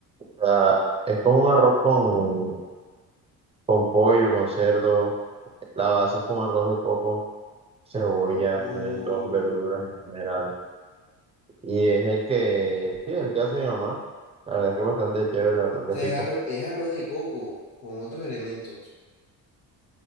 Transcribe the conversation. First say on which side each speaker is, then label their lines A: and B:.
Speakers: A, on the right; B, on the left.
A: O sea, es como un arroz con, con pollo, con cerdo. La base es con arroz de coco, cebolla,
B: No, oh,
A: pimentón, verduras en general. Y
B: no.
A: es
B: O
A: el que, sí, el que hace mi mamá. La verdad es que es bastante chévere, bastante
B: sea,
A: rico.
B: es arroz, es arroz de coco con otros elementos.